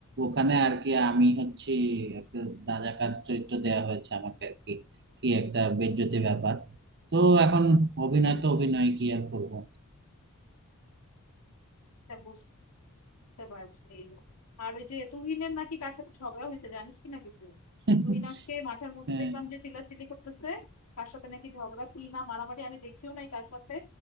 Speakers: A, on the right; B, on the left.
A: ওখানে আর কি আমি হচ্ছে একটা রাজাকার চরিত্র দেয়া হয়েছে আমাকে আর কি কি একটা বেজ্জতি ব্যাপার তো এখন অভিনয় তো অভিনয় কি আর করবো
B: এটা বুঝতে পারছি আর ওই যে তুহিনের নাকি কার সাথে ঝগড়া হয়েছে জানিস কি না কিছু
A: <laughs>
B: তুহিন আজকে মাঠের মধ্যে
A: হ্যাঁ
B: দেখলাম যে চিল্লাচিল্লি করতেছে কার সাথে নাকি ঝগড়া কি না মারামারি আমি দেখিও নাই কার সাথে